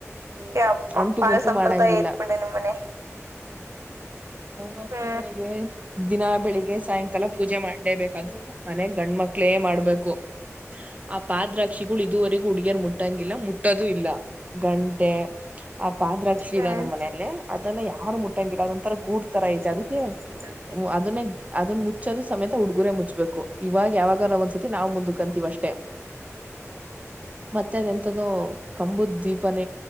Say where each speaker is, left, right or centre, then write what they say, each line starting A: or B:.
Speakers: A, on the right; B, on the right.
A: ಯಪ್ಪ
B: ಅಂಟು
A: ಬಾಳ
B: ಮುಂಟು
A: ಸಂಪ್ರದಾಯ
B: ಮಾಡಂಗಿಲ್ಲ
A: ರ್ಪಣ ನಮ್ಮನೆ
B: ಮತ್ತ
A: ಹ್ಮ
B: ಮನೆಗೆ ದಿನಾ ಬೆಳಿಗ್ ಸಾಯಂಕಾಲ ಪೂಜೆ ಮಾಡ್ದೇಬೇಕಾದ್ರ ಮನೆ ಗಂಡ ಮಕ್ಳೇ ಮಾಡ್ಬೇಕು. ಆ ಪಾದ್ರಾಕ್ಷಿಗಳು ಇದುವರೆಗೂ ಹುಡ್ಗಿಯರ್ ಮುಟ್ಟಂಗಿಲ್ಲ ಮುಟ್ಟದು ಇಲ್ಲ ಗಂ ಆ ಪಾದ್ರಾಕ್ಷಿ
A: ಹ್ಮ್
B: ಇದಾವ ನಮ್ಮ್ ಮನೇೆಯಲ್ಲಿ ಅದನ್ನ ಯಾರು ಮುಟ್ಟಂಗಿಲ್ಲ ಅದೊಂಂತರ ಗೂಡ್. ತರ
A: ಹ್ಮ್
B: ಐತೆ ಅದಕ್ಕೆ
A: <unintelligible>
B: ಅದನ್ನೇ ಅದನ್ನ ಮುಚ್ಚದು ಸಮೇತ ಉುಡುಗುರ ಮುಚ್ಚಬೇಕು ಇವಾಗ ಯಾವಾಗಲ ಒಂದ್ಸತಿ ನಾವ್ ಮುಂದ ಕಂತೀವಷ್ಟ ಮತ್ತೆ ಅದ ಎಂತ್ದು ಕಂಬುದ ದ್ವೀಪನ